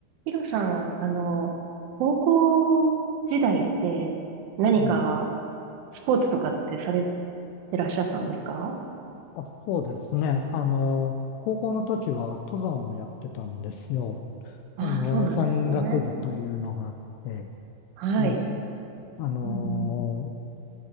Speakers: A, on the right; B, on the left.
A: ヒロさん、あの、高校時代って何か
B: うん。
A: スポーツとかってされてらっしゃったんですか
B: あ、そうですね。あの、高校の時は登山をやってたんですよ。
A: ああ、
B: あの、
A: そうなんですね。
B: 山岳部というのがあって、
A: はい。
B: えあの、
A: うん